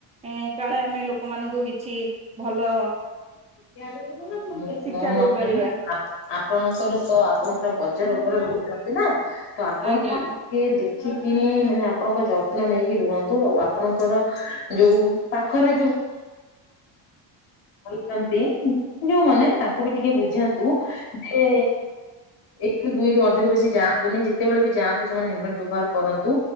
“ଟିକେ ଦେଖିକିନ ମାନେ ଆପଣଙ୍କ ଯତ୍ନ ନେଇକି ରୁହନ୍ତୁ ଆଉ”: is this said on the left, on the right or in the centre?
Left